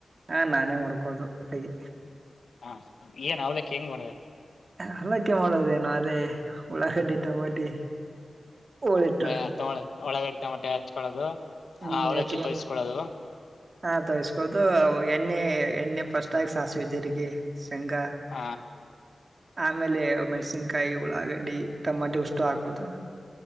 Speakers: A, on the right; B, on the left.
A: ಹಾ ನಾ ಮನೆ ಮಾಡ್ಕೋದು ಹೇಗೆ?
B: ಹಾ ಏನ್ ಅವಲಕ್ಕಿ ಹೆಂಗ್ ಮಾಡಿದೆ?
A: ಅವಲಕ್ಕಿ ಮಾಡೋದೇನು <unintelligible> ಹೋಳಿಟ್ಟು
B: ಮ <unintelligible> ಒಳಗ್ ಟೊಮೊಟೆ ಹಚ್ಕೊಳ್ಳೋದು
A: ಹ್ಮ್
B: ಆ ಅವ್ಲಕ್ಕಿ
A: ಹೆಚ್ಕೊ
B: ತೋಯ್ಸ್ಕೊಳ್ಳೋದು
A: ಹಾ ತೋಯ್ಸ್ಕೋದು ಎಣ್ಣೆ ಎಣ್ಣೆ ಫಸ್ಟ್ಗಗ್ ಸಾಸ್ವೇ ಜೀರ್ಗೆ ಹೆಂಗ
B: ಹ
A: ಆಮೇಲೆ ಮೆಣಸಿನ್ಕಾಯಿ ಉಳ್ಳಾಗಡ್ಡಿ ಟಮೋಟೋ ಇಷ್ಟು ಹಾಕೋದು